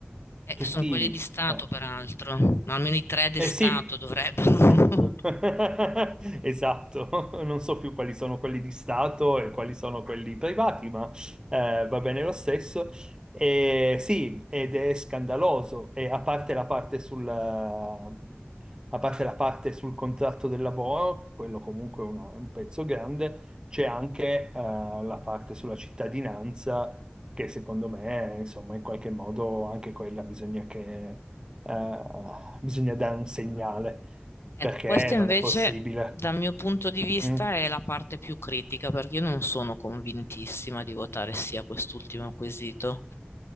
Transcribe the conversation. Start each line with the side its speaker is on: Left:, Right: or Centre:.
Left: Eh,
Right: tutti.
Left: che sono quelli di Stato,
Right: eh,
Left: peraltro, ma almeno i tre di
Right: eh
Left: Stato
Right: sì,
Left: dovrebbero.
Right: <laughs>
Left: <laughs>
Right: esatto, non so più quali sono quelli di Stato e quali sono quelli privati, ma eh, va bene lo stesso. E sì, ed è scandaloso, e a parte la parte sul, a parte la parte sul contratto del lavoro, quello comunque è una- è un pezzo grande, c'è anche eh, la parte sulla cittadinanza che secondo me, insomma, in qualche modo anche quella bisogna eh, bisogna dare un segnale,
Left: Ecco,
Right: perché
Left: questa invece,
Right: non è possibile.
Left: dal mio punto di vista,
Right: Mm,
Left: è la parte più critica, perché io non sono convintissima di votare sì a quest'ultimo quesito.